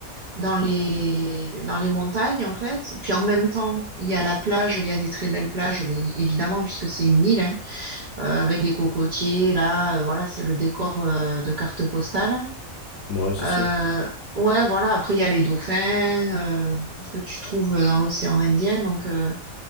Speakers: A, on the right (about 45°); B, on the left (about 75°).
A: dans les dans les montagnes en fait. Et puis en même temps, il y a la plage, il y a des très belles plages mais évidemment puisque c'est une île hein, euh, avec des cocotiers là, euh, voilà, c'est le décor euh, de carte postale.
B: Ouais, c'est
A: Euh,
B: sûr.
A: ouais, voilà, après il y a les dauphins, euh, tout ce que tu trouves dans l'océan Indien donc euh,